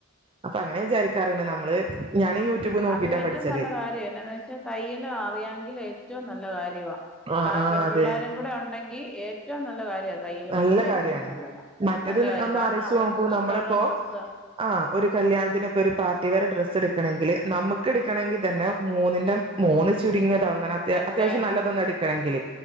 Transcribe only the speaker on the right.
അപ്പൊ അങ്ങനെ വിചാരിക്കാറുണ്ട് നമ്മള് ഞാൻ യൂട്യൂബ് നോക്കിട്ടാ
പഠിച്ചത്
ആ ആ
അതെ
നല്ല
കാര്യാണ്
മറ്റത്
ഒന്ന്
ആലോചിച്ച്
നോക്കൂ
നമ്മളിപ്പോ
ആ ഒര് കല്യാണത്തിനൊക്കെ ഒര് പാർട്ടി വെയറ് ഡ്രസ് എട് ണെങ്കില് നമക്ക് എടുക്കണമെങ്കിൽ തന്നെ മൂന്നിൻ്റെ മൂന്ന് വെ ചുരുങ്ങിയത് അങ്ങനെ അത്
അത്യാവശ്യം നല്ലതൊന്ന് എട്ക്കണമെങ്കില്